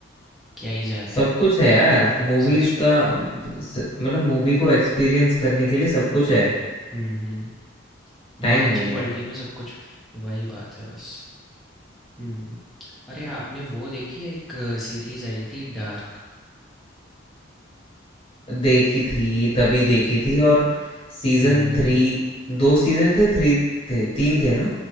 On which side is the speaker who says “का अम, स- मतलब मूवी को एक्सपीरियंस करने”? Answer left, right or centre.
Left